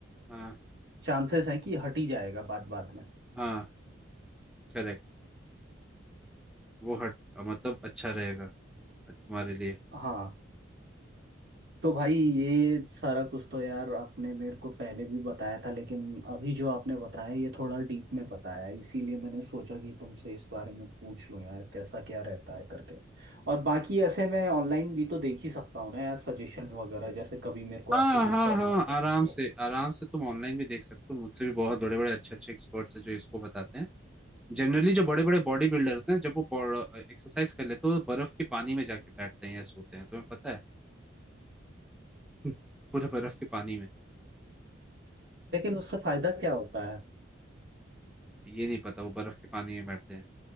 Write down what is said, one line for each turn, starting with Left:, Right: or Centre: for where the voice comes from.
Centre: हाँ
Right: चांसेस हैं कि हट ही जाएगा बाद बाद में
Centre: हाँ करेक्ट वो हट मतलब अच्छा रहेगा तुम्हारे लिए
Right: हाँ तो भाई ये सारा कुछ तो यार आपने मेरे को पहले भी बताया था लेकिन अभी जो आपने बताया ये थोड़ा डीप में बताया है, इसीलिए मैंने सोचा कि तुमसे इस बारे में पूछ लूँ यार कैसा क्या रहता है करके और बाकी ऐसे मैं ऑनलाइन भी तो देख ही सकता हूँ ना यार सजेशन वगैरह जैसे कभी मेरे को
Centre: हाँ
Right: आपको
Centre: हाँ
Right: डिस्टर्ब
Centre: हाँ
Right: ना करें
Centre: आराम से आराम से तुम ऑनलाइन भी देख सकते हो मुझसे भी बहुत बड़े बड़े अच्छे अच्छे एक्सपर्ट्स हैं जो इसको बताते हैं जनरली जो बड़े बड़े बॉडी बिल्डर होते हैं जब वो एक्सरसाइज कर लेते हैं तो बर्फ के पानी में जाके बैठते हैं या सोते हैं तुम्हें पता है <laughs> पूरे बर्फ के पानी में
Right: लेकिन उससे फायदा क्या होता है
Centre: ये नहीं पता वो बर्फ के पानी में बैठते हैं